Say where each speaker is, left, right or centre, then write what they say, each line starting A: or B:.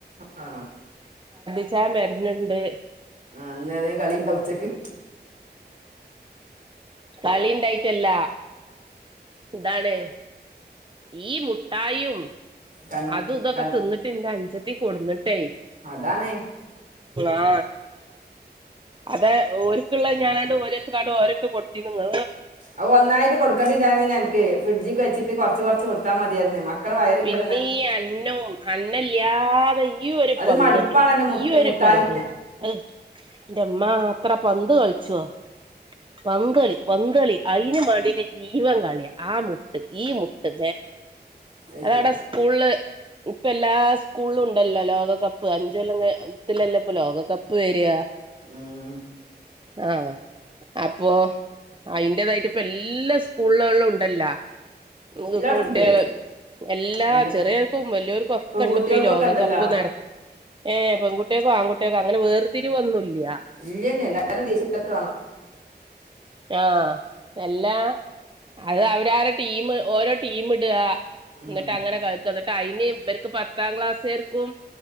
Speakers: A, on the right; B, on the right.
A: ആ
B: ച്ചാ മരണിണ്ട്
A: ആ അന്നേ ഏതാ കളിണ്ടാവ ഉച്ചക്ക്
B: കളി ഉണ്ടായിട്ടല്ല ഇതാണ് ഈ മുട്ടായിയും
A: കൺ
B: അതും ഇതൊക്കെ
A: കൺ
B: തിന്നിട്ടിന്റെ അനുജത്തി കൊടുന്നി ട്ടേ
A: അതാണ്
B: ആ അതെ ഓരുക്കുള്ള ഞാനാണ്ട ഓരോത്തുക്കണ്ടു ഓരെടുത്തു കൊടുത്തി നിങ്ങ
A: അവ ഒന്നായിട്ട് കൊടുക്കേണ്ടിയില്ലാരുന്നു അനക്ക് ഫ്രിഡ്ജിക്കെ വച്ചിട്ട് കൊറച്ച് കൊറച്ച് കൊടുത്താ മതിയായിരുന്നു മക്കളെ വയറ് കേ
B: പിന്നീ അന്നോം അന്നല്യാതെ ഈ ഒരു
A: അത്
B: പന്തളി
A: മടുപ്പാണല്ലോ മുട്ട
B: ഈ ഒരു
A: മുട്ടായി
B: പന്തളി ഏഹ് ന്റമ്മാ അത്ര പന്ത് കളിച്ചുവോ പന്തളി പന്തളി അയിനു മാണ്ടീട്ട് ജീവൻ കളിയാ ആ മുട്ട് ഈ മു ട്ട്
A: അത്
B: അതവിടെ
A: ശരി
B: സ്കൂൾല് ഇപ്പ എല്ലാ സ്കൂളിലും ഉണ്ടല്ലോ ലോകകപ്പ് അഞ്ചോല്ലത്തിലല്ലേ ഇപ്പ ലോകകപ്പ് വരിക.
A: ഉം.
B: ആ അപ്പോ അയിന്റതായിട്ട് ഇപ്പ എല്ലാ സ്കൂളുകളിലും ഉണ്ടല്ലോ? <unintelligible>
A: എല്ലായിടത്തുണ്ട്
B: എല്ലാ
A: എല്ലാം
B: ചെറിയക്കും വലിയോർക്കും ഒക്കെ
A: പെൺകുട്ടികൾക്കൊക്കെ
B: ഉണ്ട്പ്പ ലോകകപ്പ്
A: ഉണ്ടല്ലോ
B: നട ഏഹ് പെൺകുട്ടിയക്കും ആൺകുട്ടികൾക്കോ അങ്ങനെ വേർതിരിവ് ഒന്നൂല്ല.
A: ഇല്ല ഇല്ല എല്ലാരും ടി ഷർട്ട് വേണം.
B: ആഹ് എല്ലാ അത് <unintelligible> ടീം ഓരോ ടീം ഇടുക
A: ഉം,
B: എന്നിട്ട് അങ്ങനെ കളിക്കാ എന്നി ട്ട് അയിന് ഇവർക്ക് പത്താം ക്ലാസുകാർക്കും